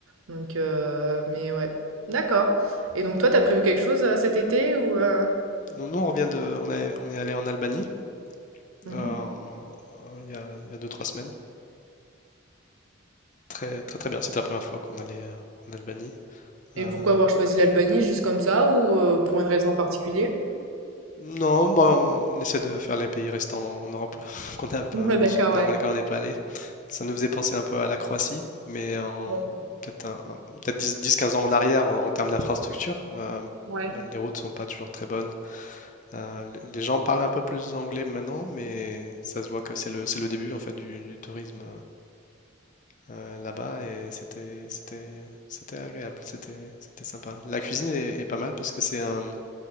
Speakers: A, on the right (about 85°); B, on the left (about 35°).
A: Donc, euh, mais ouais, d'accord. Et donc, toi, t'as prévu quelque chose euh, cet été ou euh,
B: Nous, nous, on revient de... On a on est allé en Albanie
A: mhm.
B: euh, en- en- il y a, il y a deux, trois semaines. Très, très, très bien. C'était la première fois qu'on allait euh, en Albanie.
A: Et
B: Euh,
A: pourquoi avoir choisi l'Albanie juste comme ça ou euh, pour une raison en particulier?
B: Non, bah, on essaie de faire les pays restants en Europe <laughs> qu'on n'a pas,
A: Ouais, d'accord,
B: dans
A: ouais.
B: lesquels on n'est pas allé. Ça nous faisait penser un peu à la Croatie, mais en
A: D'accord.
B: peut-être un- un- peut-être 10-15 ans en arrière en, en termes d'infrastructure. Euh,
A: Ouais.
B: les routes sont pas toujours très bonnes. Euh, les les gens parlent un peu plus anglais maintenant, mais ça se voit que c'est le, c'est le début en fait du, du tourisme euh, là-bas et c'était c'était c'était agréable, c'était c'était sympa. La cuisine est, est pas mal parce que c'est un